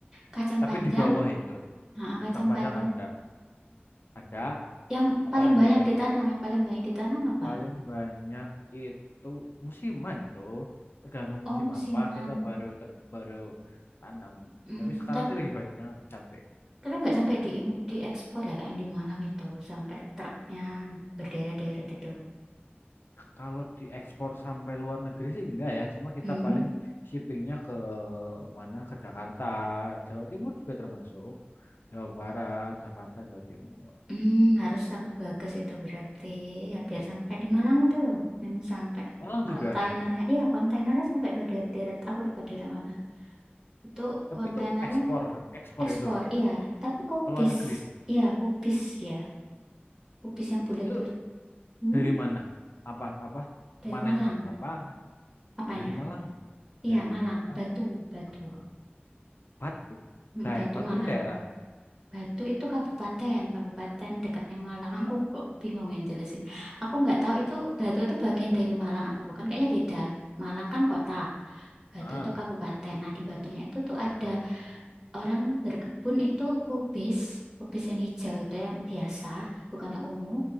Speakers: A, on the right; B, on the left.
A: kacang
B: Tapi
A: panjang,
B: di bawah itu.
A: ha,
B: Kacang
A: kacang
B: panjang
A: panjang.
B: ada. Ada.
A: Yang
B: Apalagi
A: paling banyak
B: ya.
A: ditanam, yang paling banyak ditanam apa?
B: Paling banyak itu musiman itu. Tergantung
A: Oh,
B: musim
A: musiman.
B: apa kita baru ter- baru tanam.
A: Hmm,
B: Tapi sekarang
A: tapi
B: sih lagi banyak yang cabe.
A: tapi nggak sampai di diekspor ya, kayak yang di Malang itu, sampai truknya berderet-deret itu.
B: Kalau diekspor sampai luar negeri sih enggak ya, cuma kita
A: Hmm,
B: paling shippingnya ke mana? Ke Jakarta, Jawa Timur juga termasuk, Jawa Barat, Jakarta, Jawa Timur,
A: hmm, harus kamu gagas itu berarti, ya, biar
B: Heeh.
A: sama kayak di Malang itu loh, yang sampai
B: Malang
A: kontainernya,
B: juga.
A: iya kontainernya sampai berderet-deret. Aku lupa daerah mana. Itu
B: Tapi
A: kontainernya
B: itu ekspor, ekspor
A: Ekspor,
B: itu
A: iya. Tapi kubis,
B: ke luar negeri.
A: iya kubis dia. Kubis yang bulat-bulat.
B: Itu
A: Hmm?
B: dari mana? Apa apa?
A: Dari
B: Panen,
A: Malang.
B: ah, bukan panen,
A: Apanya?
B: dari Malang.
A: Iya,
B: Dari
A: Malang.
B: apa?
A: Batu, Batu.
B: Malang. Batu.
A: Mm,
B: Daerah.
A: Batu
B: Batu
A: Malang.
B: ini daerah.
A: Batu itu kabupaten, kabupaten dekatnya Malang. <laughs> Aku kok bingung ya jelasin. Aku nggak tahu itu Batu itu bagian dari Malang atau bukan. Kayaknya beda. Malang kan kota, Batu
B: Heeh.
A: itu kabupaten. Nah, di Batunya itu tuh
B: Oh,
A: ada orang berkebun itu kubis, kubis yang hijau itu yang biasa, bukan yang ungu.